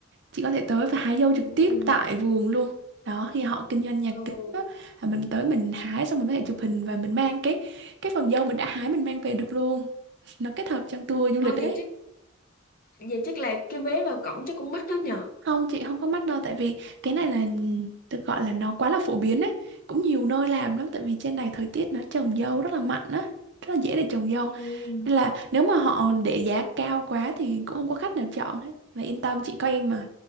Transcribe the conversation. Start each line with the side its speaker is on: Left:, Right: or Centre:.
Right: chị có thể tới và hái dâu
Left: Ừ.
Right: trực tiếp tại vườn luôn đó khi họ kinh doanh nhà
Left: Ừ.
Right: kính đó là mình tới mình hái xong mình có thể chụp hình và mình mang cái cái phần dâu mình đã hái mình mang về được luôn nó kết hợp trong tour du
Left: Ôi
Right: lịch đấy
Left: vậy chắc vậy chắc là cái vé vào cổng chắc cũng mắc lắm nhờ.
Right: không chị không có mắc đâu tại vì cái này là được gọi là nó quá là phổ biến đấy cũng nhiều nơi làm lắm tại vì trên này thời tiết nó trồng dâu rất là mạnh á rất là dễ để trồng dâu
Left: Ừ.
Right: Nên là nếu mà họ để giá cao quá thì cũng không có khách nào chọn hết. Và yên tâm chị có em mà.